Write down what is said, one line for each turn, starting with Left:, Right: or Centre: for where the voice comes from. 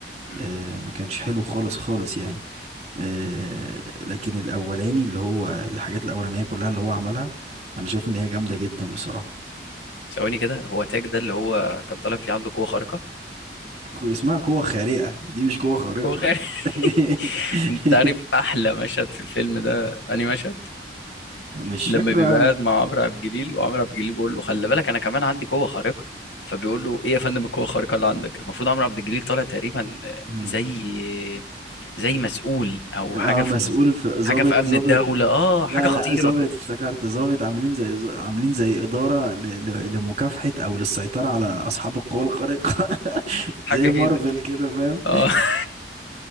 Left: مم.
Right: آه ما كانش حلو خالص خالص يعني آه لكن الاولاني اللي هو الحاجات الاولانية كلها اللي هو عملها انا شايف ان هي جامدة جدا بصراحة
Left: ثواني كده هو تاج ده اللي هو كان طالع فيه عنده قوه خارقه
Right: اسمها قوة خارقة دي مش قوة خارقة
Left: قوه خارقه <laughs>
Right: <laughs>
Left: انت عارف احلى مشهد في الفيلم ده انهي مشهد
Right: مش
Left: لما
Right: فاكرة
Left: بيبقى قاعد مع عمرو عبد الجليل وعمرو عبد الجليل بيقول له خلي بالك انا كمان عندي قوه خارقه فبيقول له ايه يا فندم القوه الخارقه اللي عندك المفروض عمرو عبد الجليل طالع تقريبا
Right: مم.
Left: زي زي مسؤول او
Right: اه
Left: حاجه في
Right: مسؤول
Left: ال...
Right: في ضابط
Left: حاجه في امن
Right: ضابط
Left: الدوله اه
Right: لا
Left: حاجه خطيره
Right: لا ضابط
Left: كده
Right: افتكرت ضابط عاملين زي ز- عاملين زي إدارة ل... ل... لمكافحة أو للسيطرة على أصحاب القوى الخارقة <laughs>
Left: حاجه
Right: زي مارفل
Left: كده
Right: كده فاهم
Left: اه <laughs>